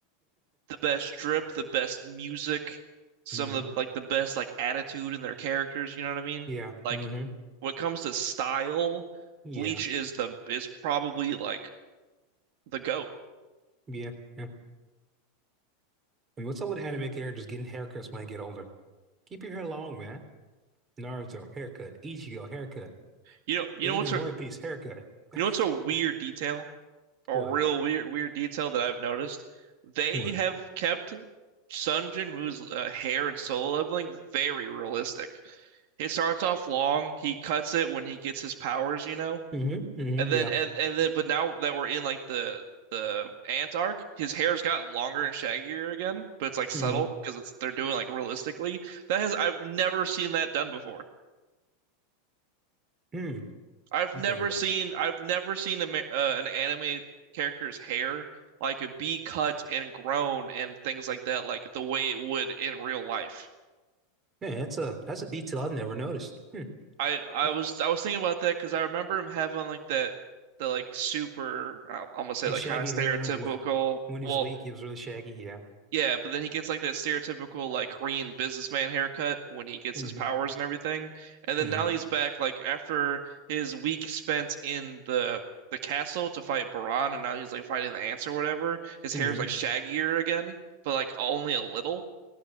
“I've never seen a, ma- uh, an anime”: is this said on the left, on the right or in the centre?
Right